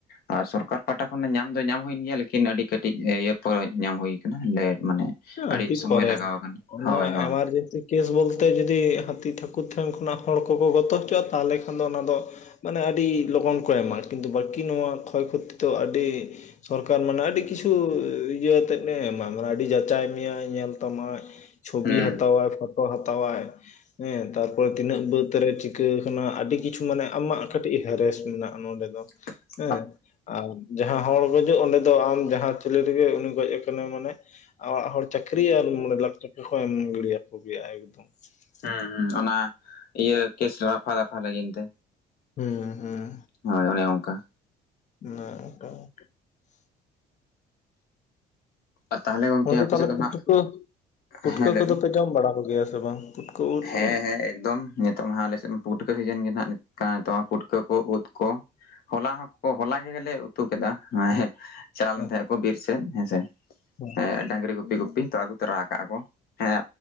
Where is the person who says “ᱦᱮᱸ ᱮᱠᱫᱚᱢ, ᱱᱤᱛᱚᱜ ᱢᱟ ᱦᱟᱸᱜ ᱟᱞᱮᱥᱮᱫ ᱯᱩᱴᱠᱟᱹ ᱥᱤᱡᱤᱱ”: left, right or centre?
Left